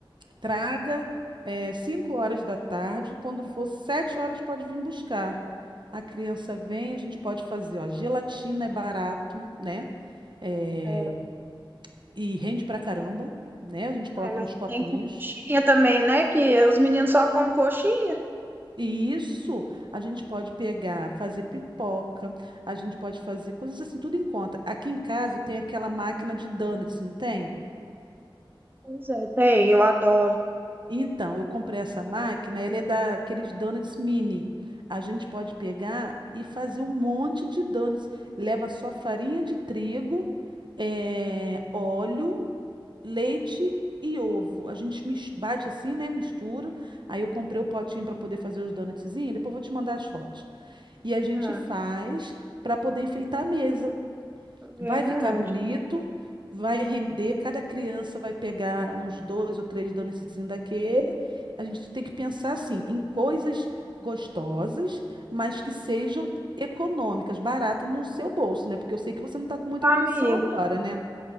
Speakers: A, on the right; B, on the right.
A: traga eh, cinco horas da tarde, quando for sete horas pode vir buscar. A criança vem, a gente pode fazer, ó, gelatina é barato, né? Eh,
B: é,
A: e rende pra caramba, né? A gente coloca
B: é, mas
A: nos copinhos.
B: tem que ter coxinha também, né? Que os meninos só comem coxinha.
A: E Isso, a gente pode pegar, fazer pipoca, a gente pode fazer coisas assim, tudo em conta. Aqui em casa eu tenho aquela máquina de donuts, não tem?
B: Pois é, tem, eu adoro.
A: Então, eu comprei essa máquina, ela é daqueles donuts mini. A gente pode pegar e fazer um monte de donuts. Leva só farinha de trigo, eh, óleo, leite e ovo. A gente mis- bate assim, né? Mistura. Aí eu comprei o potinho para poder fazer os donutzinhos. Depois eu vou te mandar as fotos. e a gente
B: Ah,
A: faz para poder enfeitar a mesa.
B: é verdade.
A: Vai ficar bonito, vai render, cada criança vai pegar uns dois ou três donutszinhos daquele. A gente tem que pensar assim, em coisas gostosas, mas que sejam econômicas, baratas no seu bolso, né? Porque eu sei que você não está com muita
B: Amiga.
A: condição agora, né?